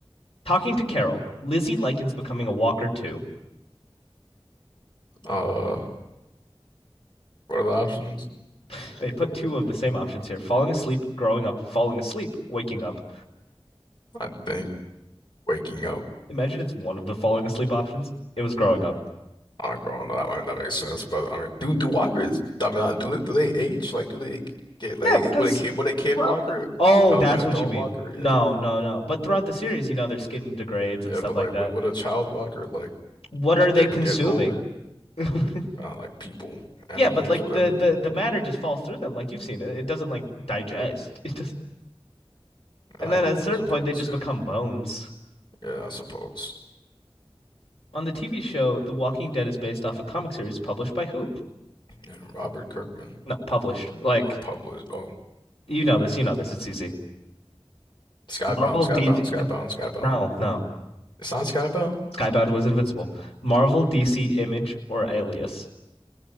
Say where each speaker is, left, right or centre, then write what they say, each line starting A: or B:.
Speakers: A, on the left; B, on the left.
A: Talking to Carol, Lizzie likens becoming a walker to.
B: Uh, what are the options?
A: <laughs> They put two of the same options here falling asleep, growing up, falling asleep, waking up.
B: I think waking up.
A: Imagine it's one of the falling asleep options. It was growing up.
B: Oh, girl, no, that might not make sense, but I mean, do do walkers? I mean, uh, do they do they age? Like, do they get
A: Yeah,
B: like
A: because
B: would a kid would a kid
A: throughout
B: walker
A: the. Oh,
B: become
A: that's
B: an adult
A: what you mean.
B: walker? Yeah,
A: No, no, no. But throughout the series, you know, their skin degrades and
B: yeah,
A: stuff
B: but
A: like
B: like,
A: that.
B: would would a child walker like
A: What are they
B: get
A: consuming?
B: get older?
A: <laughs>
B: uh, like people, animals,
A: Yeah, but like
B: whatever.
A: the, the the matter just falls through them, like you've seen it. It doesn't like digest. <laughs> It just
B: I,
A: and then
B: I
A: at a certain
B: suppose,
A: point they just
B: yeah,
A: become bones.
B: yeah, I suppose.
A: on the TV show, The Walking Dead is based off a comic series published by who?
B: Yeah, Robert Kirkman.
A: Not published. Like,
B: Oh, publish. Oh,
A: you know this, you know this, it's easy.
B: Skybound,
A: Marvel,
B: Skybound,
A: DC.
B: Skybound, Skybound.
A: No, no.
B: It's not Skybound.
A: Skybound was invincible. Marvel, DC, Image, or Alias.